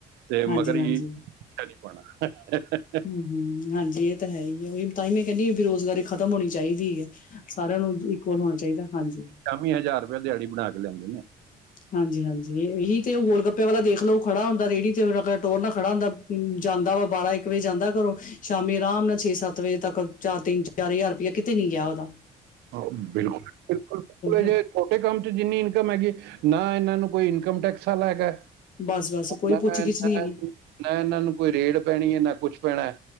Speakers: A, on the right; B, on the left.
A: ਤੇ
B: ਹਾਂਜੀ
A: ਮਗਰ ਈ
B: ਹਾਂਜੀ
A: ਰਿਕਸ਼ਾ ਨਹੀਂ ਪਾਉਣਾ।
B: ਹੂੰ ਹਾਂਜੀ ਇਹ ਤਾਂ ਹੈ ਹੀ ਹੈ। ਉਹੀ ਤਾਂ ਹੀ ਮੈਂ ਕਹਿੰਨੀ ਇਹ ਬੇਰੁਜ਼ਗਾਰੀ ਖ਼ਤਮ ਹੋਣੀ ਚਾਹੀਦੀ ਹੈ। ਸਾਰਿਆਂ ਨੂੰ ਇਕੁਅਲ ਹੋਣਾ ਚਾਹੀਦਾ, ਹਾਂਜੀ।
A: ਤਾਵੀਂ ਹਜ਼ਾਰ ਰੁਪਿਆ ਦਿਹਾੜੀ ਬਣਾ ਕੇ ਲਿਆਂਦੇ ਨੇ।
B: ਹਾਂਜੀ-ਹਾਂਜੀ ਇਹੀ ਤੇ ਉਹ ਗੋਲ ਗੱਪੇ ਵਾਲਾ ਦੇਖ ਲਓ ਖੜਾ ਹੁੰਦਾ ਰੇਹੜੀ ਟੋਰ ਨਾਲ ਖੜਾ ਹੁੰਦਾ, ਜਾਂਦਾ ਵਾ ਬਾਰਾਂ-ਇੱਕ ਵਜੇ ਜਾਂਦਾ ਘਰੋਂ ਤੇ ਸ਼ਾਮੀ ਆਰਾਮ ਨਾਲ ਛੇ-ਸੱਤ ਵਜੇ ਤੱਕ ਚਾਰ-ਤਿੰਨ ਚਾਰ ਜ਼ਾਰ ਰੁਪੇਆ ਕਿਤੇ ਨੀ ਗੇਆ ਓਦਾ
A: ਬਿਲਕੁਲ-ਬਿਲਕੁਲ, ਬਿਲਕੁਲ ਐ ਜੇ
B: ਆ
A: ਛੋਟੇ ਕੰਮ ਚ ਜਿੰਨੀ ਇਨਕਮ ਹੈਗੀ, ਨਾ ਇਨਾਂ ਨੂੰ ਕੋਈ ਇਨਕਮ ਟੈਕਸ ਆਲਾ ਹੈਗਾ।
B: ਬਸ ਬਸ ਕੋਈ
A: ਨਾ
B: ਪੁੱਛ
A: ਨਾ ਨਾ
B: ਗਿੱਛ ਨਹੀਂ ਹੈਗੀ
A: ਇਹਨਾਂ ਨੂੰ ਕੋਈ ਰੇਡ ਪੈਣੀ ਹੈ, ਨਾ ਕੁਛ ਪੈਣਾ ਹੈ।